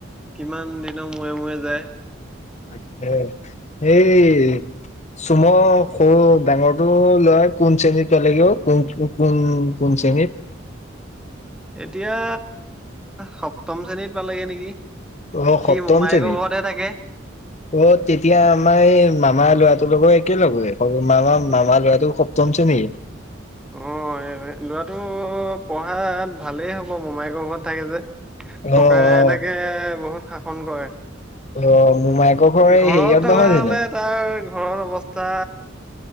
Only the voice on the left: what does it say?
তাকে সেই চুমৰ সৰু ডাঙৰটো লৰা কোন শ্ৰেণীত পালেগে অও কোন কোন কোন শ্ৰেণীত
অ
সপ্তম
শ্ৰেণীত
অ তেতিয়া আমাৰ এই মামা ল'ৰাটোৰ লগত একে লগৰে মামা মামা ল'ৰাটো সপ্তম শ্ৰেণীৰ।
অ
অ
অ মোমায়েকৰ ঘৰ এই
হেৰিয়ত
নহয়
জানো?